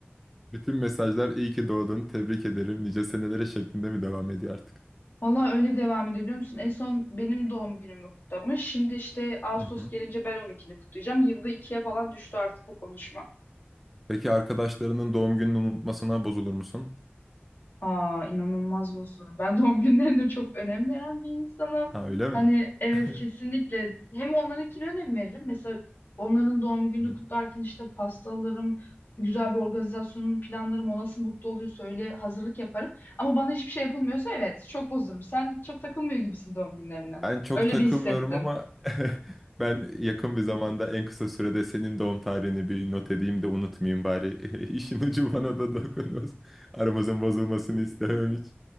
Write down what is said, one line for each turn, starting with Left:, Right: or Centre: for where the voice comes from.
Centre: Bütün mesajlar iyi ki doğdun, tebrik ederim, nice senelere şeklinde mi devam ediyor artık?
Left: Valla öyle devam ediyor biliyor musun? En son benim doğum günümü kutlamış. Şimdi işte Ağustos
Centre: Hı hı.
Left: gelince ben onunkini kutlayacağım. Yılda ikiye falan düştü artık bu konuşma.
Centre: Peki arkadaşlarının doğum gününü unutmasına bozulur musun?
Left: Aa inanılmaz bozulurum. Ben doğum günlerine çok önem veren bir insanım.
Centre: Ha öyle mi?
Left: Hani evet
Centre: Hı.
Left: kesinlikle hem onlarınkine önem veririm. Mesela onların doğum gününü
Centre: <laughs>
Left: kutlarken işte pasta alırım. Güzel bir organizasyonun planlarım. O nasıl mutlu oluyorsa öyle hazırlık yaparım. Ama bana hiçbir şey yapılmıyorsa evet çok bozulurum. Sen çok takılmıyor gibisin doğum günlerine.
Centre: Ben çok
Left: Öyle
Centre: takılmıyorum
Left: bir hissettim.
Centre: ama <laughs> ben yakın bir zamanda en kısa sürede senin doğum tarihini bir not edeyim de unutmayayım bari. <laughs> İşin ucu bana da dokunmaz. Aramızın bozulmasını istemem hiç.